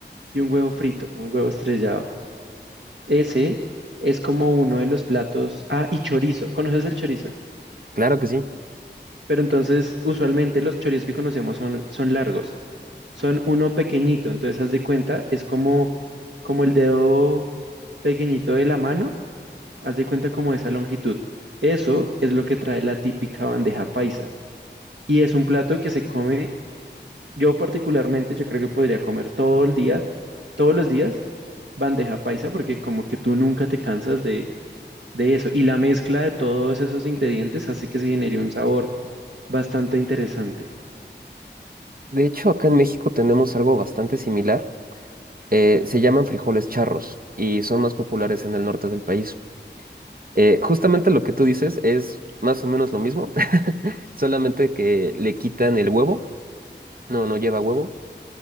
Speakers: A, on the right (about 75°); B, on the right (about 50°).
A: y un huevo frito, un huevo estrellado. Ese es como uno de los platos. Ah, y chorizo. ¿Conoces el chorizo?
B: claro que sí.
A: Pero entonces, usualmente los chorizos que conocemos son, son largos. Son uno pequeñito, entonces haz de cuenta, es como, como el dedo pequeñito de la mano, haz de cuenta como esa longitud. Eso es lo que trae la típica bandeja paisa. Y es un plato que se come Yo particularmente, yo creo que podría comer todo el día, todos los días, bandeja paisa, porque como que tú nunca te cansas de, de eso. Y la mezcla de todos esos ingredientes hace que se genere un sabor bastante interesante.
B: De hecho, acá en México tenemos algo bastante similar. Eh, se llaman frijoles charros y son más populares en el norte del país. Eh, justamente lo que tú dices es más o menos lo mismo, <laughs> solamente que le quitan el huevo, no, no lleva huevo.